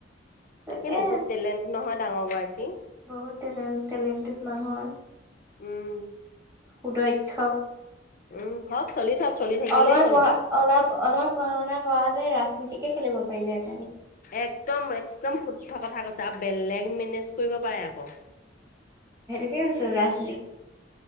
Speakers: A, on the right (about 15°); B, on the left (about 45°).
A: তাকে
B: এই বহুত টেলেণ্ট নহয় ডাঙৰগৰাকী
A: বহুত এনে টেলেণ্টেড মানুহৰ
B: উম
A: সুদক্ষ
B: উম হওক চলি থাক চলি থাকিলেই
A: অলমান
B: হ'ল।
A: পঢ়া অলপ অলপমান পঢ়া শুনা কৰা হলে ৰাস ৰাজনীতিকে খেলিব পাৰিলে আৰু
B: একদম একদম শুদ্ধ কথা কৈছে আৰু বেলেগ মেনেজ কৰিব পাৰে আকৌ
A: কিছ ৰা <unintelligible>